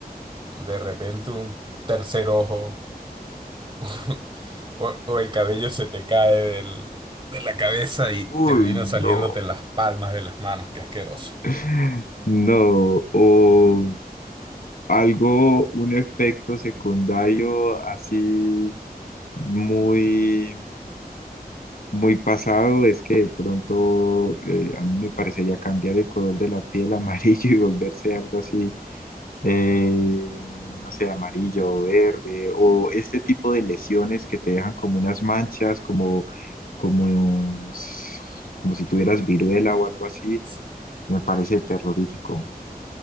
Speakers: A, on the right (about 30°); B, on the left (about 65°).
A: de repente un tercer ojo <laughs> o, o el cabello se te cae del- de la cabeza y
B: Uy,
A: termina saliéndote
B: no.
A: en las palmas de las manos, qué asqueroso.
B: <laughs> No, o algo, un efecto secundario así muy, muy pasado es que de pronto eh, a mí me parecería cambiar el color de la piel <laughs> a amarillo y volverse algo así, eh, no sé, amarillo o verde, o este tipo de lesiones que te dejan como unas manchas, como, como, no sé, como si tuvieras viruela o algo así,
A: <laughs>
B: me parece terrorífico.